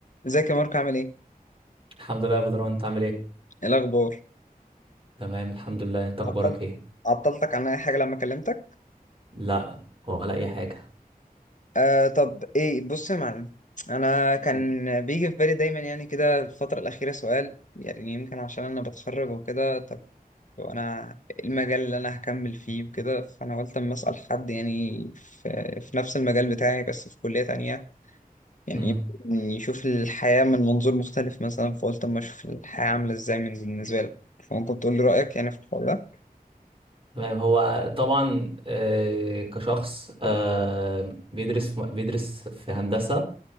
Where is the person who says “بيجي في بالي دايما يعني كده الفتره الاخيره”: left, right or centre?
Left